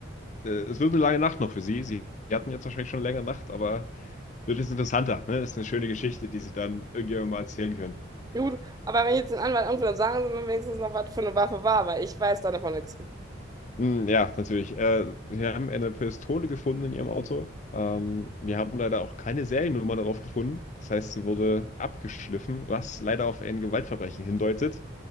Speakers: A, on the left; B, on the right.
A: äh, es wird eine lange Nacht noch für Sie. Sie hatten jetzt wahrscheinlich schon eine längere Nacht, aber wird jetzt interessanter. Ne? Das ist eine schöne Geschichte, die Sie dann irgendjemandem mal erzählen können.
B: Gut, aber wenn ich jetzt den Anwalt anrufe, dann sagen Sie mir wenigstens noch, was für eine Waffe war, weil ich weiß da davon nichts.
A: Hm, ja, natürlich. Äh, wir haben eine Pistole gefunden in Ihrem Auto. Ähm, wir haben leider auch keine Seriennummer darauf gefunden. Das heißt, sie wurde abgeschliffen, was leider auf ein Gewaltverbrechen hindeutet.